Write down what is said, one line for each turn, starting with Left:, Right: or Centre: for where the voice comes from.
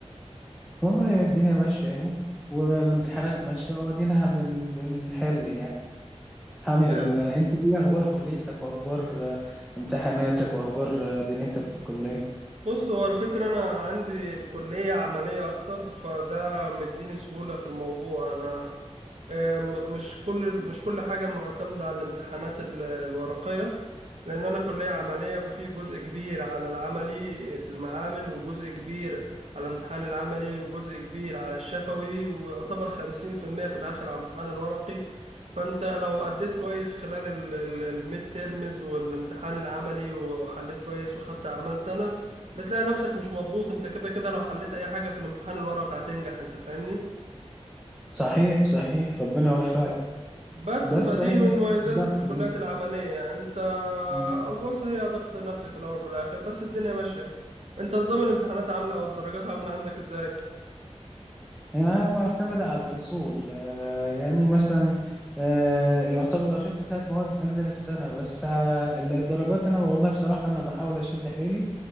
Centre: والله هي الدنيا ماشية اهي والامتحانات ماشية وادينها بن بنحل يعني الحمد
Right: يا
Centre: لله انت ايه اخبار كليتك واخبار آه، امتحاناتك واخبار آه، دنيتك في الكلية
Right: بص هو الفكرة أنا عندي الكلية عملية أكتر فده مديني سهولة في الموضوع أنا آم، مش كل مش كل حاجة معتمدة على الامتحانات ال- الورقية لأن أنا كلية عملية ففي جزء كبير على العملي في المعامل وجزء كبير على الامتحان العملي وجزء كبير على الشفوي ويعتبر خمسين في المية في الآخر على الامتحان الورقي فأنت لو أديت كويس خلال ال- ال- الميد تيرمز والامتحان العملي وحليت كويس وخدت أعمال سنة بتلاقي نفسك مش مضغوط أنت كده كده لو حليت أي حاجة في الامتحان الورقي هتنجح أنت فاهمني؟
Centre: صحيح صحيح ربنا يوفقك
Right: بس
Centre: بس
Right: فدي
Centre: هي
Right: من مميزات
Centre: الضغط
Right: الكليات
Centre: النفسي
Right: العملية انت
Centre: مم.
Right: بص هي ضغط نفسي في الاول وفي الاخر بس الدنيا ماشية انت نظام الامتحانات عاملة او الدرجات عاملة عندك ازاي
Centre: يعني معتمدة على الفصول آه، يعني مثلا آه، يعتبر لو شفت ثلاث مواد انزل السنة بس آه، الدرجات انا والله بصراحة انا بحاول اشد حيلي